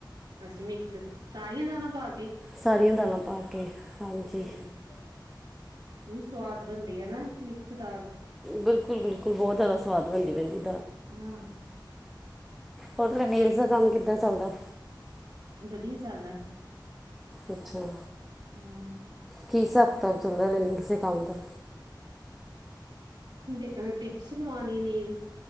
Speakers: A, on the right; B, in the centre.
A: ਅੱਸੀ ਮਿਕਸ ਸਾਰੀਆਂ ਦਾਨਾਂ ਪਾ ਕੇ?
B: ਸਾਰੀਆਂ ਦਾਲਾਂ ਪਾ ਕੇ ਹਾਂਜੀ।
A: ਠੀਕ ਵੀ ਸਵਾਦ ਬਣਦੀ ਏ ਨਾ ਮਿਕਸ ਦਾਲ।
B: ਬਿਲਕੁੱਲ-ਬਿਲਕੁੱਲ ਬੋਤ ਜਾਦਾ ਸਵਾਦ ਬਣਦੀ ਭੈਣਜੀ।
A: <inaudible>
B: ਹੋਰ ਤੁਹਾਡੇ ਨੇਲਸ ਦਾ ਕੰਮ ਕਿੱਦਾਂ ਚੱਲਦਾ?
A: ਵਧੀਆ ਚੱਲਦਾ।
B: ਅੱਛਾ
A: ਹਾਂ
B: ਕੀ ਹਿਸਾਬ-ਕਿਤਾਬ ਚੱਲਦਾ ਨੇਲਸਨ ਦੇ ਕੰਮ ਦਾ।
A: ਜੇ ਅ ਟਿਪਸ ਲਵਾਨੀ ਏ ਨੇਲ